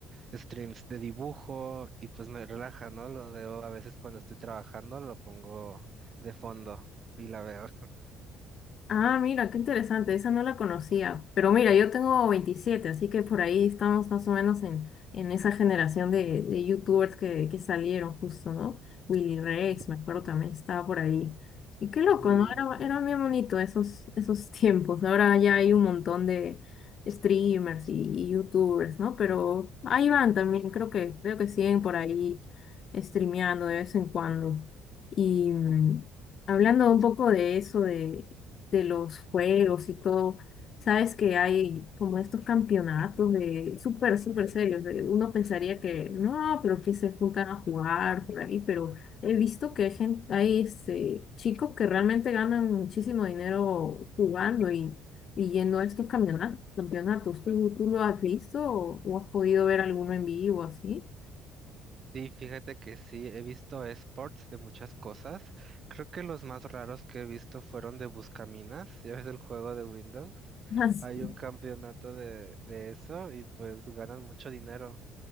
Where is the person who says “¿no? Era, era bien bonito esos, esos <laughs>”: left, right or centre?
Left